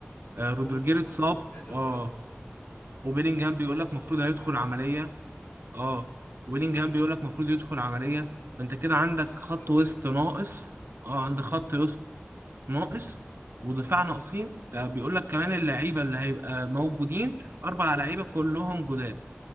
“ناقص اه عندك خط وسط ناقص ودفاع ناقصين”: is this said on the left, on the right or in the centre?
Right